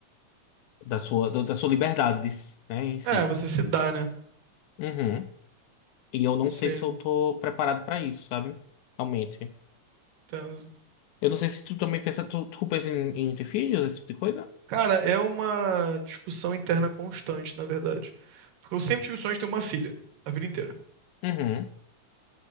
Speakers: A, on the left; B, on the right.
A: da sua da da sua liberdade, né, em si.
B: É, você se dá, né?
A: Uhum. E eu não
B: Sim,
A: sei se eu tô preparado para isso, sabe? Realmente.
B: entendo.
A: Eu não sei se tu também pensa, tu, tu pensa em, em ter filhos, esse tipo de coisa?
B: Cara, é uma discussão interna constante, na verdade. Porque eu sempre tive o sonho de ter uma filha, a vida inteira.
A: Uhum,